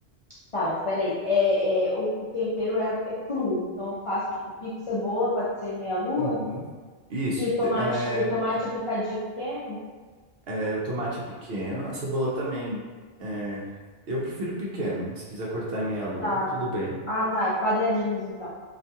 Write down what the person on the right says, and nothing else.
Uhum. Isso.
te- É,
é, o tomate é pequeno, a cebola também. é, eu prefiro pequeno, mas se quiser cortar em meia lua,
tudo bem.